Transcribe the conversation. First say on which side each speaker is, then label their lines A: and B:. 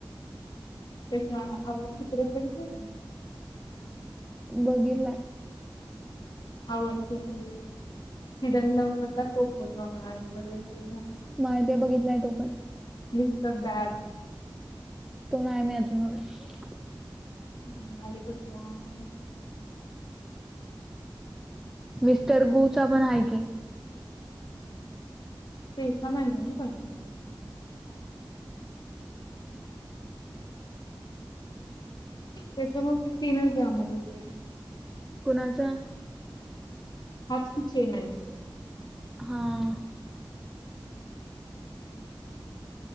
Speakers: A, on the left; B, in the centre.
A: तेच ना आव सिक्रेट बघितलय का?
B: बघितलाय.
A: आवनं सिक्रेट, हिडन लव्ह मधला च तो फोटो हा आहे परत.
B: न्हाय बे बघितलाय तो पण.
A: Mister bad?
B: तो नाय मी अजूनबघेल.
A: हा वालेकुम सलाम.
B: मिस्टर गुचा पण आहे की.
A: तेस सामान नेलं कोणी. त्याच्या मूळ ते तीनच ड्रामा बघीतले मी.
B: कुणाच्यां?
A: हाच किचेन आहे तो.
B: हा!